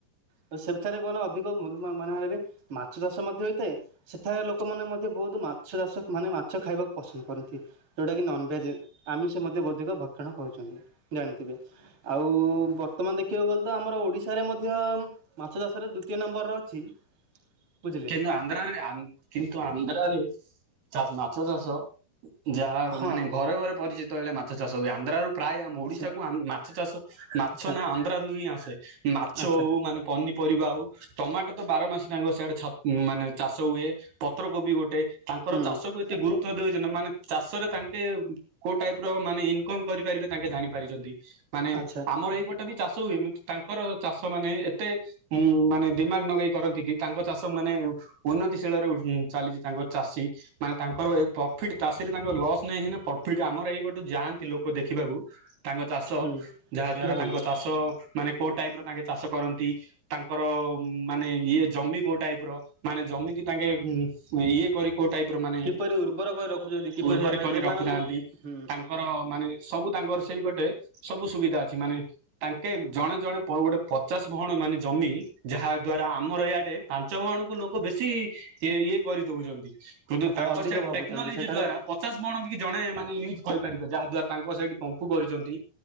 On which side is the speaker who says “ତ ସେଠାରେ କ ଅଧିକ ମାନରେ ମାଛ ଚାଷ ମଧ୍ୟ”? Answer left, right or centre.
Right